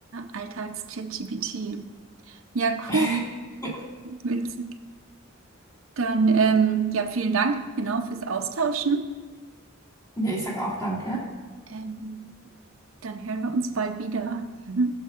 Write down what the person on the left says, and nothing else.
<laughs>
ja,
ich sag auch danke.